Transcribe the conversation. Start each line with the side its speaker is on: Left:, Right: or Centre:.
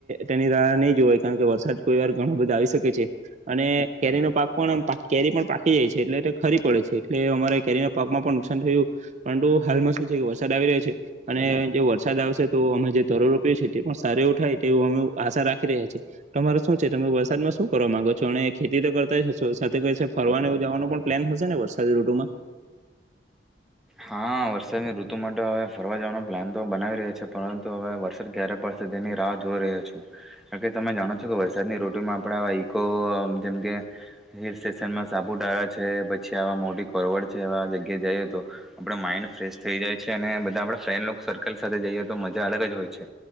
Right: તેની રાહ નહીં જોવાય કારણ કે વરસાદ કોઈ વાર ઘણો બધો આવી શકે છે અને કેરીનો પાક પણ કેરી પણ પાકી જાય છે એટલે તે ખરી પડે છે એટલે અમારે કેરીના પાકમાં પણ નુકસાન થીયુ પરંતુ હાલમાં શું છે વરસાદ આવી રહ્યો છે અને જે વરસાદ આવશે તો અમે જે તરુ રોપ્યે છે તે પણ સારું એવું થાય તેવુ અમે આશા રાખી રહ્યા છે તમારે શું છે તમે વરસાદમાં શું કરવા માંગો છો અને ખેતી તો કરતાય હશો સાથે કશે ફરવા ને એવું જવાનો પણ પ્લેન હશે ને વરસાદ ઋતુમાં
Centre: હા વરસાદની ઋતુ માટ હવે ફરવા જવાનો પ્લાન તો બનાવી રહ્યો છે પરંતુ હવે વરસાદ ક્યારે પડશે તેની રાહ જોઈ રહ્યો છુ કારણ કે તમે જાણો છો કે વરસાદની ઋતુમાં આપણે આવા ઈકો જેમકે હિલ સ્ટેશનમાં સાપુતળા છે પછી આવા મોટી કરવડ છે એવા જગ્યા જઈએ તો આપણા માઇન્ડ ફ્રેશ થઈ જાય છે અને બધા આપડા ફ્રેન્ડ લોક સર્કલ સાથે જઈએ તો મજા અલગ જ હોય છે